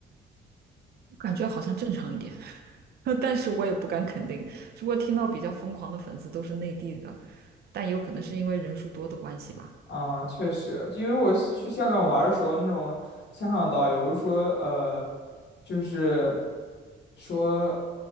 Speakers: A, on the right; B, on the left.
A: 感觉好像正常一点，<laughs> 但是我也不敢肯定。如果听到比较疯狂的粉丝都是内地的，但有可能是因为人数多的关系吧。
B: 啊，确实，因为我是去香港玩儿的时候，那种香港导游说，呃，就是说，